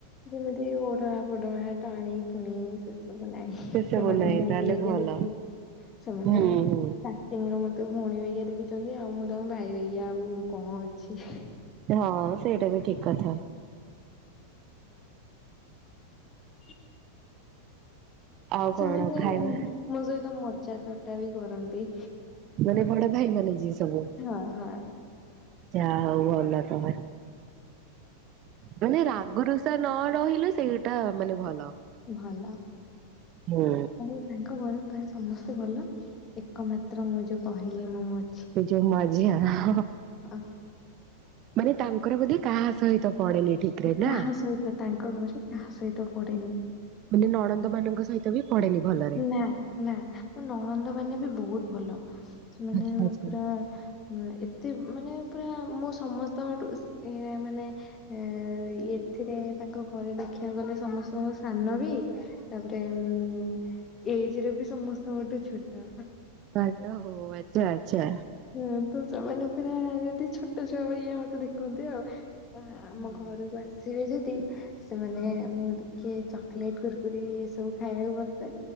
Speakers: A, on the left; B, on the right.
A: ଯେମିତି ଓଢଣା ଫୋଢଣା ଟାଣି ଟୁଣି ସେସବୁ ନାହିଁ
B: ସେସବୁ
A: ସେମାନେ
B: ନାହିଁ
A: ଭଉଣୀ
B: ତାହେଲେ
A: ବାଗିଆ
B: ଭଲ
A: ଦେଖନ୍ତି। ସେମାନେ
B: ହୁଁ
A: ତା
B: ହୁଁ
A: ସେମାନେ ମତେ ଭଉଣୀ ବାଗିଆ ଦେଖୁଚନ୍ତି ଆଉ ମୁଁ ତାଙ୍କୁ ଭାଇ ବଗିଆ ଆଉ କଣ ଅଛି।
B: ହଁ ସେଇଟା ବି ଠିକ୍ କଥା।
A: ହ
B: ଆଉ
A: ସେମାନେ
B: କଣ ଖାଇବା ହଁ
A: ମୋ ସହିତ ମଜା ଥଟା ବି କରନ୍ତି।
B: ମାନେ ବଡ ଭାଇ ମାନେ ଯିଏ ସବୁ।
A: ହଁ ହଁ।
B: ଯାହା ହଉ ଭଲ ତମର। ମାନେ ରାଗରୁଷା ନ ରହିଲେ ସେଇଟା ମାନେ ଭଲ।
A: ଭଲ
B: ହୁଁ
A: <inaudible> ତାଙ୍କ ଘରେ ପ୍ରାୟ ସମସ୍ତେ ଭଲ, ଏକମାତ୍ର ମୁଁ ଯୋଉ କହିଲି ମୋ ମ
B: ତ ଯୋ ମାଝିଆ ହ ହ।
A: ଅ,
B: ମାନେ ତାଙ୍କର ବୋଧେ କାହା ସହିତ ପଡେନି। ଠିକ ରେ ନା
A: କାହା ସହିତ ତାଙ୍କ ଘରେ କାହା ସହିତ ପଡେନି।
B: ମାନେ ନଣନ୍ଦ ମାନଙ୍କ ସହିତ ବି ପଡେନି ଭଲରେ।
A: ନା ନା ମୋ ନଣନ୍ଦ ମାନେ ବି ବହୁତ୍ ଭଲ। ସେମାନେ
B: ଆଚ୍ଛା ଆଚ୍ଛା
A: ପୁରା ଉଁ ଏତେ ମାନେ ପୁରା ମୁଁ ସମସ୍ତଙ୍କଠୁ ସ୍- ଇଏଁ ମାନେ ଏଁ ଇଏଥିରେ ତାଙ୍କ ଘରେ ଦେଖିବାକୁ ଗଲେ ସମସ୍ତେ ତ ମୁଁ ସାନ ବି, ତାପରେ ଉଁ ଏଜ୍ ରେ ବି ସମସ୍ତଙ୍କଠୁ ଛୋଟ।
B: ତାହେଲେ ହଉ ଆଚ୍ଛା ଆଚ୍ଛା।
A: ହୁଁ ତ ସେମାନେ ପୁରା ଯେମତି ଛୋଟ ଛୁଆ ପରିଆ ମତେ ଦେଖନ୍ତି ଆଉ। ହଁ ଆମ
B: ହୁଁ।
A: ଘରୁକୁ ଆସିବେ ଯଦି ସେମାନେ
B: ହୁଁ।
A: ମୁଁହ ଦି କିଏ ଚକୋଲେଟ କୁରକୁରି ଏ ସବୁ ଖାଇବାକୁ ଭଲ ପାଏ